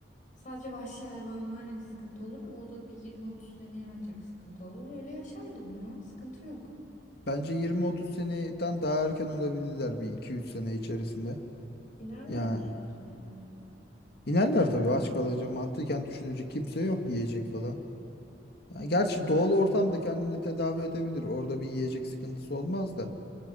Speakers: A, on the left (about 45°); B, on the left (about 60°).
A: Sadece vahşi hayvanlar hani sıkıntı olur ama o da bir 20-30 seneye ancak sıkıntı olur. Öyle yaşardım ya. Sıkıntı yok.
B: Bence 20-30 seneden daha erken olabilirler bir iki üç sene içerisinde.
A: İnerler
B: Yani
A: bir şehre yani.
B: inerler tabii aç kalınca mantıken düşünecek kimse yok yiyecek falan. Yani
A: Evet.
B: gerçi doğal ortamda kendini tedavi edebilir. Orada bir yiyecek sıkıntısı olmaz da.